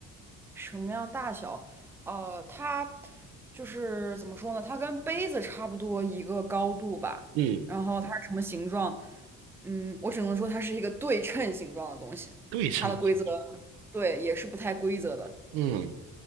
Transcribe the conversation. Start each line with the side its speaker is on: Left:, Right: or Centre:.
Centre: 什么样大小？呃，它就是怎么说呢？它跟杯子差不多一个高度吧。
Right: 嗯，
Centre: 然后它是什么形状？嗯，我只能说它是一个对称形状的东西。
Right: 对称性。
Centre: 它的规则，对，也是不太规则的。
Right: 嗯，